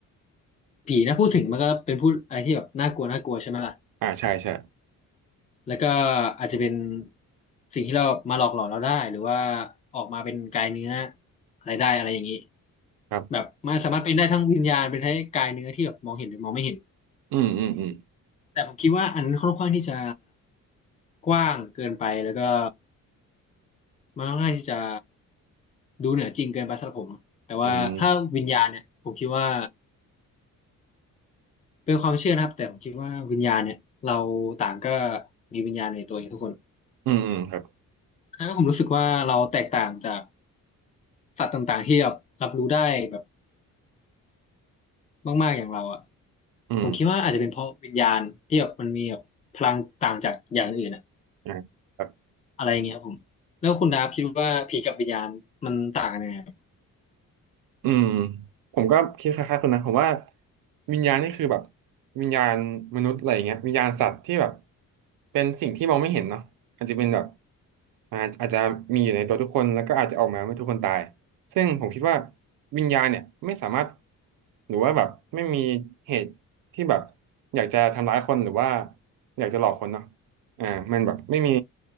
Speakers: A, on the left (about 20°); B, on the right (about 80°).
A: ผีนะพูดถึงมันก็เป็นพูดอะไรที่แบบน่ากลัวน่ากลัวใช่ไหมล่ะ
B: อ่าใช่ใช่
A: แล้วก็อาจจะเป็นสิ่งที่เรามาหลอกหลอนเราได้หรือว่าออกมาเป็นกายเนื้ออะไรได้อะไรอย่างนี้
B: ครับ
A: แบบมันสามารถเป็นได้ทั้งวิญญาณเป็นทั้งกายเนื้อที่แบบมองเห็นหรือมองไม่เห็น
B: อืมอืมอืม
A: แต่ผมคิดว่าอันนั้นค่อนข้างที่จะกว้างเกินไปแล้วก็มันค่อนข้างที่จะดูเหนือจริงเกินไปสำหรับผมแต่ว่าถ้าวิญญาณเนี่ยผมคิดว่า
B: อืม
A: เป็นความเชื่อนะครับแต่ผมคิดว่าวิญญาณเนี่ยเราต่างก็มีวิญญาณในตัวเองทุกคน
B: อืมอืมครับ
A: อันนั้นผมรู้สึกว่าเราแตกต่างจากสัตว์ต่างๆที่แบบรับรู้ได้แบบมากๆอย่างเราอ่ะ
B: อืม
A: ผมคิดว่าอาจจะเป็นเพราะวิญญาณที่แบบมันมีแบบพลังต่างจากอย่างอื่นอะ
B: อ่าครับ
A: อะไรอย่างเงี้ยครับผมแล้วคุณดาฟคิดว่าผีกับวิญญาณมันต่างกันยังไงครับ
B: อืมผมก็คิดคล้ายๆคุนะผมว่าวิญญาณนี่คือแบบวิญญาณมนุษย์อะไรอย่างเงี้ยวิญญาณสัตว์ที่แบบเป็นสิ่งที่มองไม่เห็นเนาะอาจจะเป็นแบบอ่าอาจจะมีอยู่ในตัวทุกคนแล้วก็อาจจะออกมาเมื่อทุกคนตายซึ่งผมคิดว่าวิญญาณเนี่ยไม่สามารถหรือว่าแบบไม่มีเหตุที่แบบอยากจะทำร้ายคนหรือว่าอยากจะหลอกคนเนาะ อ่ามันแบบไม่มี